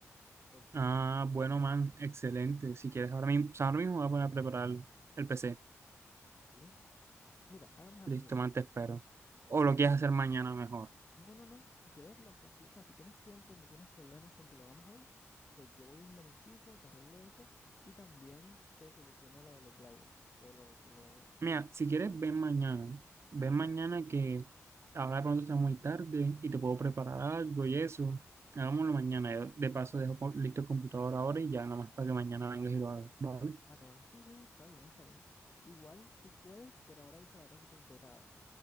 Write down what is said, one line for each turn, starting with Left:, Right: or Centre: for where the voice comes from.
Left: Por si,
Right: Ah, bueno,
Left: por
Right: man,
Left: si-
Right: excelente. Si quieres, ahora mismo, o sea, ahora mismo voy a poner a preparar el PC.
Left: ¿vale? Mira, hagamos algo,
Right: Listo,
Left: mira.
Right: man, te espero. O
Left: Sí,
Right: lo quieres
Left: sí,
Right: hacer mañana mejor.
Left: No, no, no, si quieres lo haces, si- o sea, si tienes tiempo y no tienes problemas con que lo hagamos hoy, pues yo voy un momentico, te arreglo eso y también te soluciono lo de los drivers, te lo, te lo,
Right: Mira, si
Left: sí,
Right: quieres,
Left: te los actualizo
Right: ven mañana. Ven
Left: mañana.
Right: mañana que ahora de pronto está muy tarde y te puedo preparar algo y eso. Hagámoslo mañana. Yo de paso dejo co- listo el computador ahora y ya nada más para que mañana vengas y lo hagas, ¿vale?
Left: Vale, vale, sí, sí, está bien, está bien. Igual, si puedes, por ahora usa la gráfica integrada